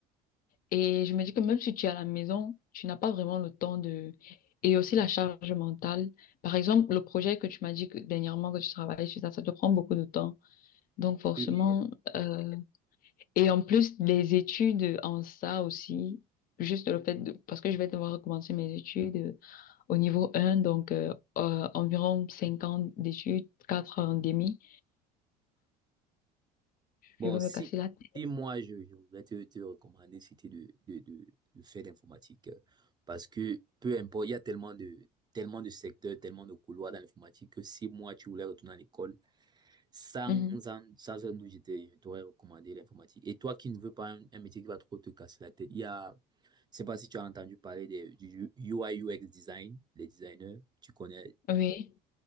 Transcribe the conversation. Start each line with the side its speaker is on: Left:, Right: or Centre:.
Left: Et je me dis que même si tu es à la maison, tu n'as pas vraiment le temps de... Et aussi la charge mentale. Par exemple, le projet que tu m'as dit que dernièrement que tu travaillais sur ça, ça te prend beaucoup de temps. Donc forcément,
Right: Oui, oui, oui.
Left: euh, et en plus les études en ça aussi, juste le fait de... parce que je vais devoir recommencer mes études euh, au niveau un donc euh, euh, environ 5 ans d'études, 4 ans et demi,
Right: Bon,
Left: je vais
Right: si,
Left: me casser la tête.
Right: si moi, je, je voudrais te, te recommander, c'était de, de, de, de faire l'informatique. euh, Parce que peu importe, il y a tellement de, tellement de secteurs, tellement de couloirs dans l'informatique que si moi, tu voulais retourner à l'école, Sans,
Left: Mhm.
Right: sans, sans un doute, je je t'aurais recommandé l'informatique. Et toi qui ne veux pas un, un métier qui va trop te casser la tête, il y a, je sais pas si tu as entendu parler des, du UI UX design, les designers, tu connais.
Left: Oui,